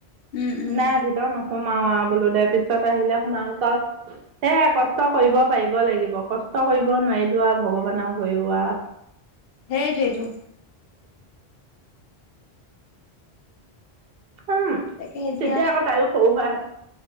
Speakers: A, on the left; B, on the right.
A: উম, উম,
B: নাই ভিতৰত নক সোমাও আৰু বোলো দে পিছত আহিলে সোমাও ক সে কষ্ট কৰিব পাৰিব লাগিব কষ্ট কষ্ট কৰিব নোৱাৰিলো আৰু ভগৱানক হৈও আও
A: সেইটোেইটো।
B: উম
A: তাকে এতিয়া
B: তেতিয়া আকৌ তাইও সৰু বা